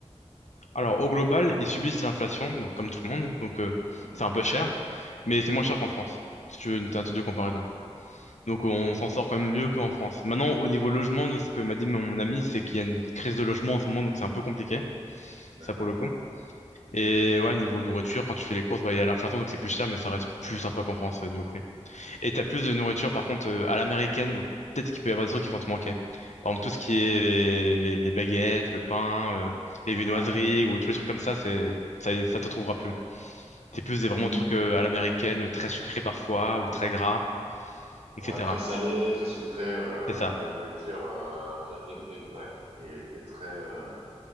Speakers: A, on the left; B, on the right.
A: Alors, au global, ils subissent l'inflation, donc comme tout le monde, donc euh,
B: Mhm,
A: c'est un peu cher, mais c'est moins cher qu'en France, si tu veux une tentative de comparaison. Donc, on s'en sort quand même mieux qu'en France. Maintenant, au niveau logement, de ce que m'a dit mon mon ami, c'est qu'il y a une crise de logement en ce moment, donc c'est un peu compliqué,
B: d'accord.
A: ça pour le coup. Et ouais, niveau nourriture, quand tu fais les courses, bah, il y a l'inflation, donc c'est plus cher, mais ça reste plus sympa qu'en France, euh, niveau prix. Et t'as plus de nourriture, par contre, euh, à l'américaine, donc peut-être qu'il peut y avoir des trucs qui vont te manquer. Par exemple, tout ce qui est les, les- les baguettes, le pain, euh, les viennoiseries
B: Ouais.
A: ou tous les trucs comme ça, c'est, ça, ça t'en trouvera plus. C'est plus des vraiment
B: Mm.
A: trucs euh, à l'américaine, euh, très sucrés parfois, ou très gras, etc.
B: Ouais, très salé, très sucré, ouais, ouais,
A: C'est ça.
B: ouais, la nourriture euh, est- est- ouais, qui est, qui est très euh,